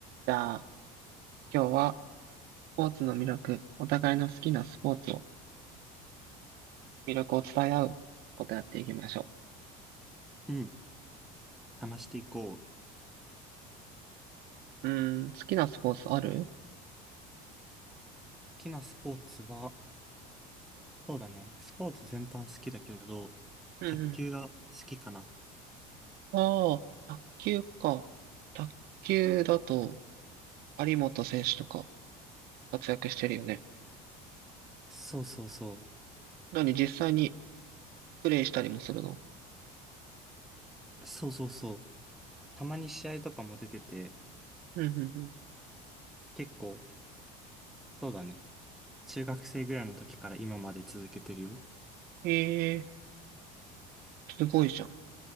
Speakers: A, on the right (about 60°); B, in the centre.
A: じゃあ、今日はスポーツの魅力、お互いの好きなスポーツを、魅力を伝え合うことやっていきましょ
B: うん。話していこう。好
A: う。うーん、好きなスポーツある
B: きなスポーツは、そうだね。スポーツ全般好きだけど、
A: うんうん。
B: 卓球が好きかな。
A: ああ、卓球か。卓球だと、有本選手とか活躍してるよね。
B: そうそうそ
A: 何、実際にプレイしたりもするの
B: う。そうそうそう。たまに試合とかも出てて、
A: うんうんうん。
B: 結構、そうだね。中学生ぐらいの時から今まで続けてるよ。
A: ええすごいじゃん。